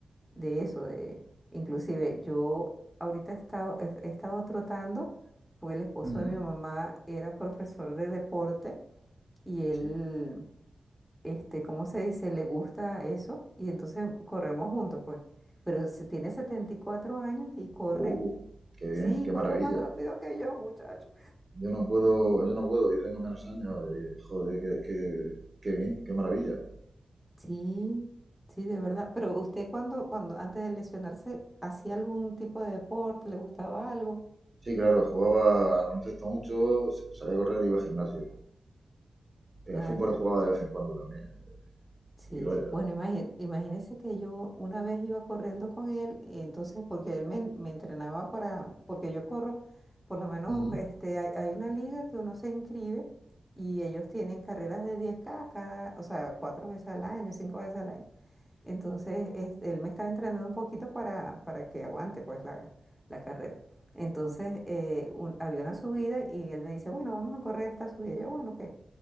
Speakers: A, in the centre; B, on the right.
A: de eso, de inclusive yo ahorita he estado, he estado trotando, porque el esposo
B: ujú,
A: de mi mamá era profesor de deporte y él,
B: sí.
A: este, ¿cómo se dice? Le gusta eso y entonces corremos juntos, pues. Pero se- tiene 74 años y corre,
B: Oh, qué bien,
A: sí,
B: qué maravilla.
A: corre más rápido que yo, muchacho.
B: Yo no puedo, yo no puedo, y tengo menos años. y, joder, qué, qué, qué bien, qué maravilla.
A: Sí, sí, de verdad. Pero usted cuando, cuando antes de lesionarse, ¿hacía algún tipo de deporte? ¿Le gustaba algo?
B: Sí, claro, jugaba al baloncesto mucho, sa- salía a correr, iba al gimnasio. Eh,
A: Ah,
B: al fútbol
A: ya.
B: jugaba de vez en cuando también.
A: Sí,
B: Y vaya.
A: bueno, imagín- imagínese que yo una vez iba corriendo con él, entonces porque él me, en- me entrenaba para, porque yo corro, por lo menos
B: Ujú.
A: este, hay, hay una liga que uno se inscribe y ellos tienen carreras de diez k cada, o sea, cuatro veces al año, cinco veces al año. Entonces, es- él me está entrenando un poquito para, para que aguante pues la, la carrera. Entonces, eh, un- había una subida y él me dice, bueno, vamos a correr esta subida. Yo, bueno, ok.